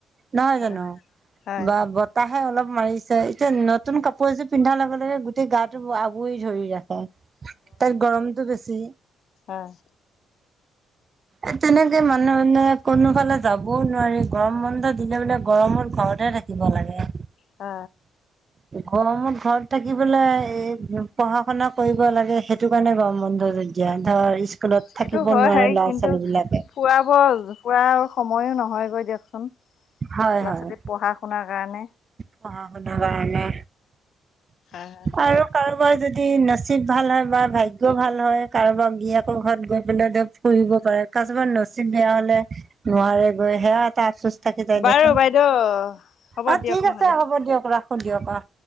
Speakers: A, on the right; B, on the left.
A: নহয়
B: হয়
A: জানো,
B: হয়
A: ব তাহে অলপ মাৰিছে সেই নতুন কাপোৰ এযোৰ পিন্ধাৰ লগে লগে গোটেই গাটো আৱৰি ধৰি ৰাখে। তাইৰ গৰমটো বেছি।
B: আ'।
A: এত তেনেকে মানুহে কোনোফালে যাবওঁ নোৱাৰি, গৰম বন্ধ দিলে বোলে গৰমত ঘৰতে থা কিব লাগে।
B: আ।
A: গৰমত ঘৰত থাকি পেলাই পঢ়া শুনা কৰিব লাগে, সে টো কাৰণে গৰম বন্ধ দিয়া, ধৰ স্কুলত
B: সেইটো
A: থাকিব
B: হয়
A: নোৱাৰে।
B: হেৰি
A: ল'ৰা
B: কিন্তু
A: ছোৱালী বিলাকে
B: ফুৰাব ফুৰা সময়ো নহয়গৈ দিয়কচোন?
A: হয়'
B: ল'ৰা
A: হয়
B: ছোৱালী পঢ়া শুনাৰ কাৰণে
A: পঢ়া শুনাৰ কাৰণে
B: হয় হয়
A: আৰু কাৰোবাৰ যদি নচিব ভাল হয় বা ভাগ্যও ভাল হয়, কাৰোবাৰ গিৰিয়েকৰ ঘৰত গৈ পেলাই তেওঁ ফুৰিব পাৰে, কাছবা নচিব বেয়া হ'লে নোৱাৰে গৈ, সেয়া এটা আফচোচ থাকি যাই
B: বাৰু
A: দেখোন,
B: বাইদেউ হ'ব
A: অ'
B: দিয়ক
A: ঠিক আছে
B: নহ'লে
A: হ'ব দিয়ক ৰাখো দিয়ক আহ।